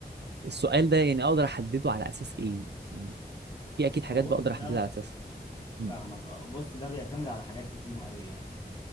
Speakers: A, on the right; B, on the left.
A: السؤال ده يعني اقدر احدده على اساس ايه يعني في اكيد حاجات
B: اه بص
A: بقدر
B: الحمد
A: احددها
B: لله
A: على
B: ده
A: اساسها مم.
B: فاهمك اه بص ده بيعتمد على حاجات كتير قوي يعني